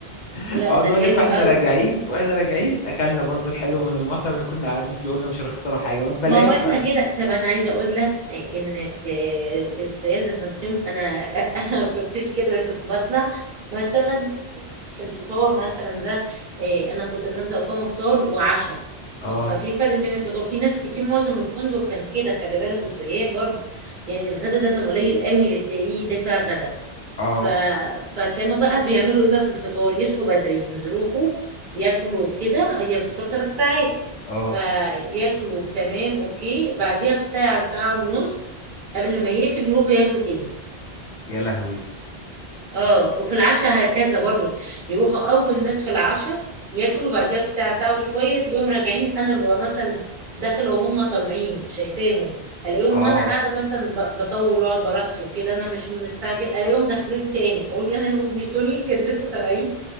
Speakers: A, on the left (about 45°); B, on the right (about 50°).
A: <laughs>
B: لا
A: وعاوز
B: ده
A: اقول
B: حلو
A: لك واحنا
B: قوي
A: راجعين واحنا راجعين اكلنا برضو الحلو من المطعم اللي كنا قاعدين فيه قلنا مش هنخسروا حاجه ما ببلاش
B: ما هو احنا
A: بقى
B: كده طب انا عايزه اقول لك انك آه، الصيادله ذات نفسهم انا <laughs> انا ما كنتش كده أنا كنت بطلع مثلا في الفطار مثلا ده آه، انا كنت نازله اقوم فطار وعشاء
A: اه
B: ففي فرق بين الفطار في ناس كتير معظم الفندق كان كده خلي بالك وسياح برضه يعني الغدا ده كان قليل قوي اللي تلاقيه دافع غدا
A: اه
B: ف... فكانوا بقى بيعملوا ايه بقى في الفطار يصحوا بدري يروحوا ياكلوا كده هي الفطار ثلاث ساعات
A: اه
B: فياكلوا تمام اوكي بعديها بساعة ساعة ونص قبل ما يقفل يروحوا ياكلوا تاني
A: يا لهوي
B: اه وفي العشاء هكذا برضو يروحوا اول ناس في العشاء ياكلوا بعديها بساعه ساعه وشويه تلاقيهم راجعين انا ببقى مثلا داخله وهم طالعين شايفاهم الاقيهم
A: اه
B: وانا قاعده مثلا ب- بطول واقعد براحتي وكده انا مش مستعجل الاقيهم داخلين تاني اقول يعني هو مش دول اللي كانوا لسه طالعين